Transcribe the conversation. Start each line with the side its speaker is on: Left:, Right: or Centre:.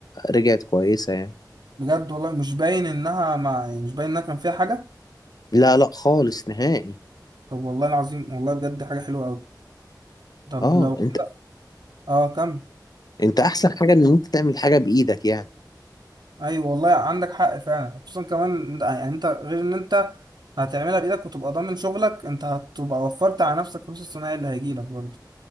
Left: رجعت كويسه يعني
Right: بجد والله مش باين انها مع يعني مش باين انها كان فيها حاجة
Left: لا لا خالص نهائي
Right: طب والله العظيم والله بجد حاجة حلوة قوي طب
Left: اه
Right: لو
Left: انت
Right: اه كمل
Left: انت احسن حاجة ان انت تعمل حاجة بايدك يعني
Right: ايوه والله عندك حق فعلا خصوصا كمان إن- يعني انت غير ان انت هتعملها بايدك وتبقى ضامن شغلك انت هتبقى وفرت على نفسك فلوس الصناعي اللي هيجيلك برضه